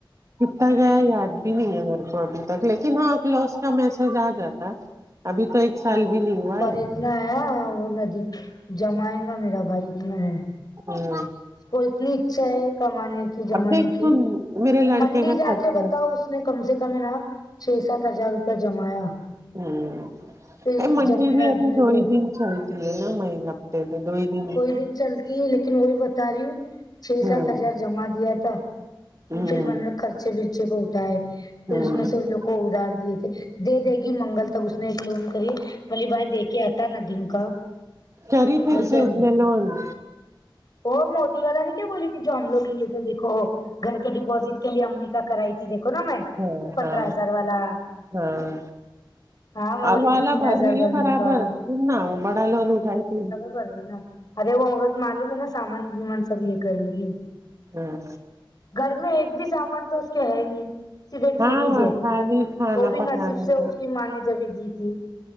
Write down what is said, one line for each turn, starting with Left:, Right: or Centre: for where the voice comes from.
Right: کتتا گیا یاد بھی نہیں ہے میرے کو ابھی تک لیکن ہاں ک لوس کا میسج آ جاتا ابھی تو ایک سال بھی نہیں ہوا
Left: پر
Right: ہے
Left: اتنا ہے وہ ندی جمائے گا میرا بھائی اتنا ہے
Right: ہوں
Left: اس کو اتنی اچھا ہے کمانے کی جمانے
Right: اب دیکھ
Left: کی
Right: سن میرے لڑکے
Left: منڈی
Right: کا
Left: جا
Right: خرچہ
Left: کے بتاؤ اس اس نے کم سے کم ہے نا چھ سات ہزار روپے جمایا
Right: <unintelligible>
Left: پھر
Right: ا منڈی
Left: جب میرا
Right: بھی
Left: آدمی
Right: ابھی دو
Left: کو
Right: ہی دن چلتی ہے نا مئی ہفتے میں دو ہی دن
Left: ن چلتی ہے لیکن وہی بتا تاری چھ
Right: ہ
Left: سات ہزار جما دیا تھا
Right: ہ
Left: پھر لوگ خرچے بھی بچے کو اٹھائے پھر
Right: ہ
Left: اس میں سے وہ لوگ کو ادھار دیے تھے دے دے گی منگل تک اس نے ایک لون کری علی بھائی دیکھے آتا نہ ڈن کا
Right: کری
Left: ہے
Right: پھر
Left: کیا
Right: سے
Left: نہیں
Right: اسنے لونا
Left: وہ موودی والا نہیں کیا بولی تھی جم لوگ لیے تھے دیکو گھر کے ڈپوزٹ کے لیے امی کا کرائی تھی دیکھو نا میں
Right: ہاں
Left: پندرہ
Right: ہاں
Left: ہزار والا
Right: ہاں
Left: ہاں میں بولی
Right: ار والال
Left: تھی تین
Right: بھر
Left: ہزار
Right: رہی ہے
Left: بھرنے
Right: برابر
Left: کا
Right: س نا ہ بڑاالو ن کائے تھی <unintelligible>
Left: کری نا ارے وہ عورت معلوم ہے نا سامان ومنان سب یہ کرے گی
Right: ہاں
Left: گھر میں ایک بھی سامان تو اس کے ہے ہی نہیں صرف ایک
Right: ہاں
Left: فریج ہے
Right: خالی کھانا
Left: وہ بھی
Right: پکانے
Left: نصیب سے اس کی ماں نے جبھی دی تھی